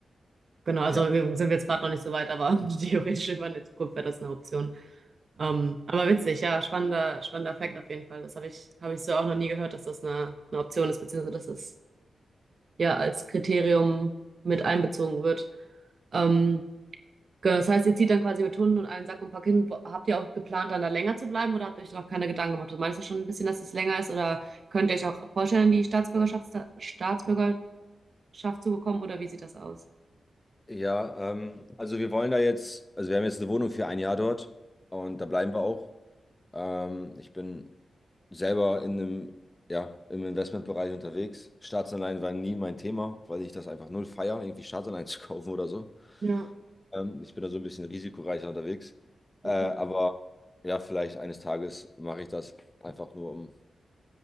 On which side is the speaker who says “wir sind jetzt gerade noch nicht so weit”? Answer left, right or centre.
Right